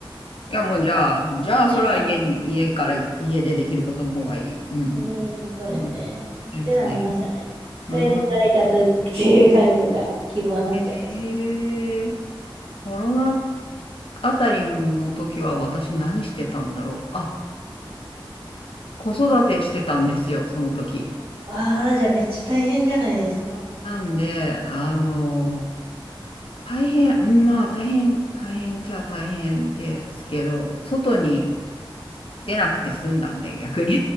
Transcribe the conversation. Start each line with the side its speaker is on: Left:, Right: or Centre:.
Left: いやもうじゃあ、じゃあそれは家に、
Right: で、まあ、
Left: 家から、家でできることの方がいい。うん
Right: えーそうですね。
Left: うん。うん。
Right: ってなりましたね。
Left: ありますね。
Right: それで在宅っていう感じが希望になっちゃいましたね。
Left: うん。えー、コロナあたりの時は私何してたんだろう。あ、子育てしてたんですよ、その時。
Right: ああ、じゃあめっちゃ大変じゃないですか。
Left: なんで、あの、大変、うんまあ大変、大変じゃあ大変ですけど、外に出なくて済んだんで、逆に。